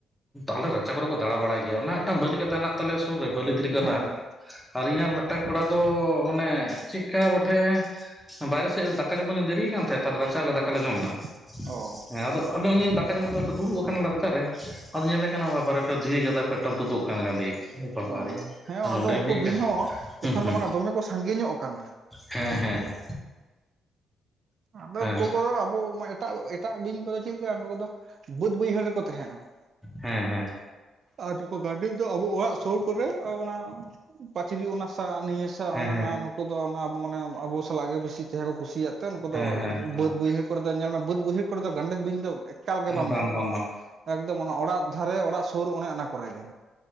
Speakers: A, in the centre; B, on the right.
A: ᱟᱞᱮ ᱨᱟᱪᱟ ᱠᱚᱨᱮ ᱠᱚ ᱫᱟᱬᱟ ᱵᱟᱲᱟᱭ ᱜᱮᱭᱟ ᱚᱱᱟ ᱵᱟᱹᱞᱤ ᱜᱟᱫᱟ ᱦᱮᱱᱟᱜ ᱛᱟᱞᱮᱭᱟ ᱥᱩᱨ ᱨᱮ ᱵᱟᱹᱞᱤ ᱫᱷᱤᱨᱤ ᱜᱟᱫᱟ
B: ᱦᱮᱸ
A: ᱾ ᱟᱞᱤᱧ ᱟᱨ ᱢᱤᱫᱴᱟᱱ ᱠᱚᱲᱟ ᱫᱚ ᱚᱱᱮ ᱪᱮᱫᱠᱟ ᱵᱚᱴᱷᱮ ᱵᱟᱭᱨᱮ ᱥᱮᱫ ᱨᱮ ᱫᱟᱠᱟ ᱡᱚᱢ ᱷᱚᱞᱤᱧ ᱫᱮᱨᱤᱭ ᱠᱟᱱ ᱛᱟᱦᱮᱸᱫ ᱛᱟᱦᱞᱮ ᱨᱟᱪᱟ ᱨᱮᱜᱮ
B: ᱚ
A: ᱫᱟᱠᱟᱞᱮ ᱡᱚᱢᱟ
B: ᱚ
A: ᱦᱮᱸ ᱟᱫᱚ, ᱟᱞᱮ ᱩᱱᱤ ᱫᱟᱠᱟ ᱡᱚᱢ ᱠᱟᱛᱮ ᱞᱮ ᱫᱩᱲᱩᱵ ᱟᱠᱟᱱᱟᱞᱮ ᱨᱟᱪᱟᱨᱮ ᱟᱫᱚ ᱧᱮᱞᱮ ᱠᱟᱱᱟ ᱵᱟᱵᱟᱨᱮ ᱢᱤᱫᱴᱟᱝ ᱫᱷᱤᱨᱤ ᱜᱟᱫᱟ ᱠᱷᱚᱱ ᱢᱤᱫᱴᱟᱝ ᱛᱩᱫᱩᱜ ᱠᱟᱱ ᱜᱟᱸᱰᱮ ᱠᱟᱱ ᱵᱟᱵᱟᱨᱮ,
B: ᱚ ᱦᱮᱸ
A: ᱟᱨ ᱱᱚᱸᱰᱮᱢ
B: ᱟᱫᱚ ᱩᱱᱠᱩ
A: ᱦᱮᱡ ᱟᱠᱟᱱ
B: ᱵᱤᱧ ᱦᱚᱸ
A: ᱦᱩᱸ
B: ᱮᱠᱷᱚᱱ
A: ᱦᱩᱸ
B: ᱫᱚ ᱢᱟᱱᱮ ᱫᱚᱢᱮ ᱠᱚ ᱥᱟᱺᱜᱮ ᱧᱚᱜ ᱠᱟᱱᱟ
A: ᱦᱮᱸ, ᱦᱮᱸ, ᱦᱮᱸ,
B: ᱟᱫᱚ
A: ᱦᱮᱸ
B: ᱩᱱᱠᱩ ᱠᱚᱫᱚ ᱟᱵᱚ ᱮᱴᱟᱜ ᱮᱴᱟᱜ ᱵᱤᱧ ᱠᱚᱫᱚ ᱪᱮᱫᱞᱮᱠᱟ ᱩᱱᱠᱩ ᱠᱚᱫᱚ ᱵᱟᱹᱫᱽ ᱵᱟᱹᱭᱦᱟᱹᱲ ᱨᱮᱠᱚ ᱛᱟᱦᱮᱱᱟ ᱾
A: ᱦᱮᱸ ᱦᱮᱸ,
B: ᱟᱨ ᱱᱩᱠᱩ ᱜᱟᱰᱮᱫ ᱫᱚ ᱟᱵᱚ ᱚᱲᱟᱜ ᱥᱩᱨ ᱠᱚᱨᱮ ᱚᱱᱟ ᱯᱟᱹᱪᱨᱤ ᱚᱱᱟ ᱥᱟ ᱱᱤᱭᱟᱹ ᱥᱟᱜ
A: ᱦᱮᱸ
B: ᱚᱱᱮ ᱚᱱᱟ ᱱᱩᱠᱩ ᱫᱚ ᱚᱱᱟ ᱢᱟᱱᱮ ᱟᱵᱚ ᱥᱟᱞᱟᱞᱟ ᱜᱮ ᱵᱮᱥᱤ ᱛᱟᱦᱮᱸ ᱠᱚ ᱠᱩᱥᱤᱭᱟᱜ ᱛᱮ ᱱᱩᱠᱩ
A: ᱦᱮᱸ ᱦᱮᱸ
B: ᱫᱚ
A: ᱦᱮᱸ ᱦᱮᱸ
B: ᱵᱟᱹᱫᱽ ᱵᱟᱹᱭᱦᱟᱹᱲ ᱠᱚᱨᱮ ᱫᱚ ᱧᱮᱞ ᱢᱮ ᱵᱟᱹᱫᱽ ᱵᱟᱹᱭᱦᱟᱹᱲ ᱠᱚᱨᱮ ᱫᱚ ᱜᱟᱱᱰᱮᱫ ᱵᱤᱧ ᱫᱚ ᱮᱠᱟᱞ ᱜᱮ ᱵᱟᱢ
A: ᱵᱟᱝ
B: ᱧᱟᱢ ᱠᱚᱣᱟ?
A: ᱵᱟᱝ ᱵᱟᱝ
B: ᱮᱠᱫᱚᱢ ᱚᱱᱮ ᱚᱲᱟᱜ ᱫᱷᱟᱨᱮ ᱚᱲᱟᱜ ᱥᱳᱨ ᱚᱱᱮ ᱚᱱᱟ ᱠᱚᱨᱮ ᱜᱮ